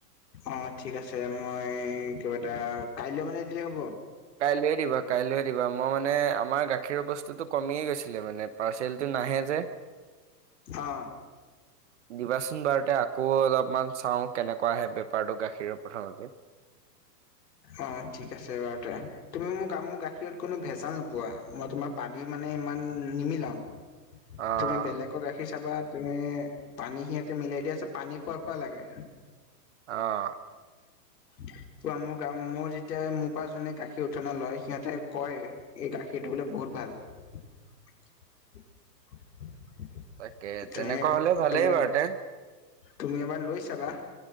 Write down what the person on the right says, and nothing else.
কাইলৈ দিবা কাইলৈ দিবা মই মানে আমাৰ গাখীৰৰ বস্তুটো কমিয়ে গৈছিলে মানে পাৰ্চেলটো নাহে যে।
দিবাচোন বাৰুতে আকৌ অলপমান চাওঁ কেনেকুৱা আহে বেপাৰটো গাখীৰৰ প্ৰথমতে।
অ',
অ'।
<inaudible>
তাকে
তেনেকুৱা হ'লে
ভালেই
বাৰুতে।